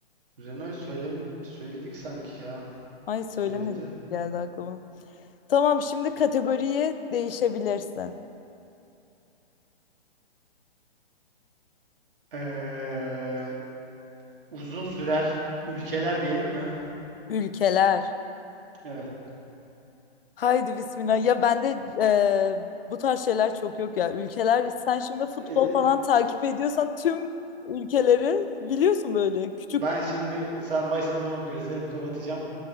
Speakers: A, on the right (about 60°); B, on the left (about 60°).
A: Renault'u söylem söyledik sanki ya.
B: Ay söylemedik
A: Söyledin.
B: gibi geldi aklıma. Tamam şimdi kategoriye değişebilirsin.
A: Ee, uzun sürer ülkeler diyelim mi?
B: Ülkeler.
A: Evet.
B: Haydi bismillah. Ya bende eee bu tarz şeyler çok yok ya. Ülkeler sen şimdi futbol
A: E,
B: falan
A: e,
B: takip ediyorsan tüm ülkeleri biliyorsun böyle küçük.
A: Ben şimdi sen başladığın zaman gözlerimi kapatacağım.